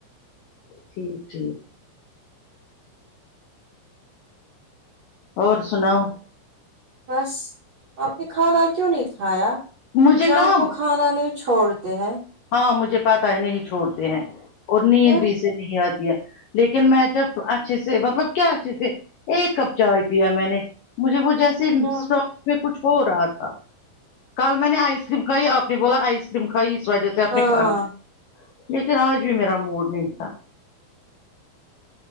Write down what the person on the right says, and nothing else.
بس آپ نے کھانا کیوں نہیں کھایا
شام
کو کھا نے چھوڑتے ہیں
پھر
اچھا
ہاں